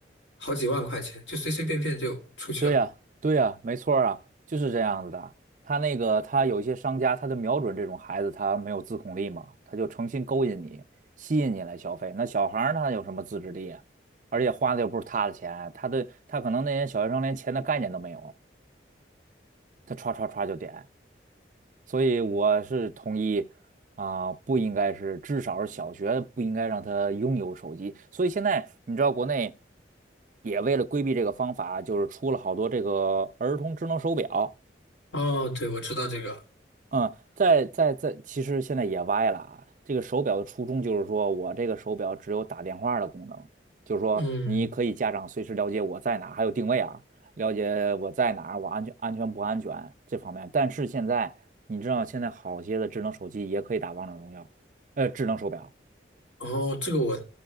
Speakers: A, on the left; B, on the right.
A: 好几万块钱，就随随便便就出去了。
B: 对呀，对呀，没错儿啊，就是这样子的。他那个，他有一些商家，他就瞄准这种孩子，他没有自控力嘛，他就诚心勾引你，吸引你来消费。那小孩儿他有什么自制力啊？而且花的又不是他的钱，他的他可能那些小学生连钱的概念都没有，他歘歘歘就点。所以我是同意啊、不应该是，至少是小学不应该让他拥有手机。所以现在你知道，国内也为了规避这个方法，就是出了好多这个儿童智能手表。
A: 哦，对，我知道这个，
B: 嗯，在在在，其实现在也歪了啊。这个手表的初衷就是说，我这个手表只有打电话的功能，就是说你可以家长随时了解我在哪儿还有定位啊，
A: 嗯，
B: 了解我在哪儿我安全安全不安全这方面。但是现在你知道，现在好些的智能手机也可以打王者荣耀，呃，智能手表
A: 哦，这个我